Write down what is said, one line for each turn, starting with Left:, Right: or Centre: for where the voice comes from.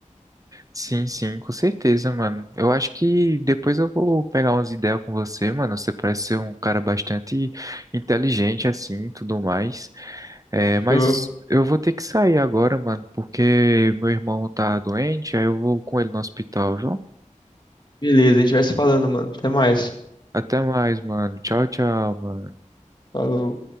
Right: Sim, sim, com certeza, mano. Eu acho que depois eu vou pegar umas ideias com você, mano. Você parece ser um cara bastante inteligente, assim, e tudo mais. É, mas
Left: Show.
Right: eu vou ter que sair agora, mano, porque meu irmão tá doente, aí eu vou com ele no hospital, viu?
Left: Beleza, a gente vai se falando, mano. Até mais.
Right: Até mais, mano. Tchau, tchau, mano.
Left: Falou.